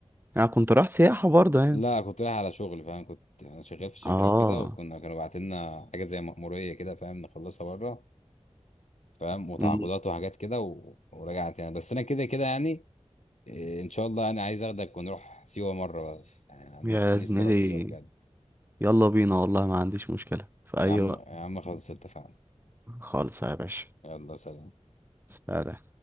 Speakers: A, on the right (about 15°); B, on the left (about 70°).
A: أنا كنت رايح سياحة برضه يعني
B: لا كنت رايح على شغل فاهم كنت انا شغال في شركه
A: آه
B: وكده وكنا كانوا باعتين لنا حاجه زي مأموريه كده فاهم نخلصها بره فاهم وتعاقدات
A: مم.
B: وحاجات كده و... ورجعت يعني بس انا كده كده يعني إيه، ان شاء الله انا عايز اخدك ونروح سيوه مره يعني أنا نفسي
A: يا زميلي
B: نفسي اروح سيوه بجد
A: يلا بينا والله ما عنديش مشكلة في أي
B: يا عم
A: وقت
B: يا عم خلاص اتفقنا
A: خالص يا باشا
B: يلا سلام
A: سلام